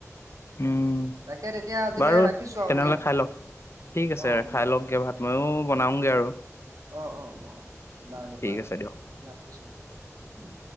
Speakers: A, on the left (about 55°); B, on the right (about 80°).
A: উম
B: তাকে তেতিয়া আজিলৈ
A: বাৰু
B: ৰাখিছোঁ
A: তেনেহ'লে
B: আৰু দিয়া।
A: খাই লওক ঠিক আছে
B: অঁ
A: খাই
B: বায়।
A: লওকগে ভাত ময়ো বনাওগে আৰু।
B: অঁ-অঁ-অঁ, বাৰু-বাৰু
A: ঠিক আছে দিয়ক।
B: ৰাখিছোঁ দিয়া।